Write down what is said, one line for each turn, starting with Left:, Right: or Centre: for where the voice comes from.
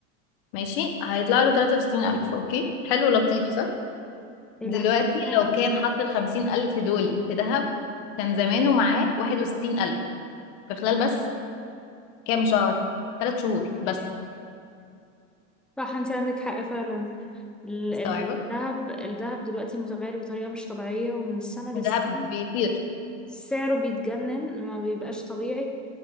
Left: ماشي هيطلع له تلاتة وستين ألف اوكي حلو لطيف صح
Centre: الى
Left: دلوقتي
Centre: حد ما
Left: لو
Centre: آه.
Left: كان حط الخمسين ألف دول في ذهب كان زمانه معاه واحد وستين ألف في خلال بس كام شهر ثلاث شهور بس
Centre: صح انتي عندك حق فعلا ال-
Left: مستوعبة
Centre: ال- الذهب الذهب دلوقتي متغير بطريقة مش طبيعية ومن السنة للسنة
Left: الذهب بيطير
Centre: سعره بيتجنن ما بيبقاش طبيعي